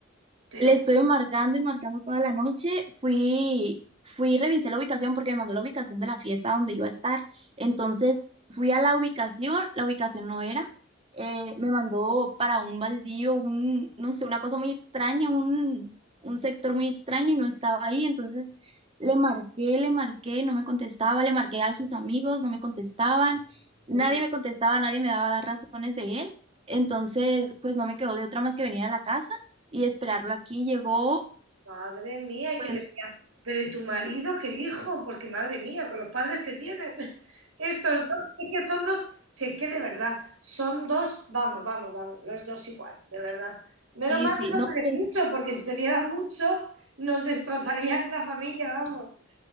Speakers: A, on the right (about 80°); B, on the right (about 30°).
A: Pero,
B: Le estuve marcando y marcando toda la noche. Fui, fui, revisé la ubicación porque me mandó la ubicación de la fiesta donde iba a estar. Entonces fui a la ubicación, la ubicación no era. Eh, me mandó para un baldío, un, no sé, una cosa muy extraña, un, un sector muy extraño y no estaba ahí. Entonces le marqué, le marqué, no me contestaba, le marqué a sus amigos, no me contestaban. Nadie
A: uy,
B: me contestaba, nadie me daba razones de él. Entonces, pues no me quedó de otra más que venir a la casa y esperarlo aquí. Llegó,
A: Madre mía, y
B: pues,
A: que decía, pero ¿y tu marido qué dijo? Porque madre mía, con los padres que tienen, <laughs> estos dos, es que son dos, si es que de verdad, son dos, vamos, vamos, vamos, los dos iguales, de verdad. Menos
B: sí,
A: mal
B: sí,
A: que no
B: no,
A: se
B: pues,
A: ven mucho, porque si se vieran mucho, nos destrozarían la familia, vamos.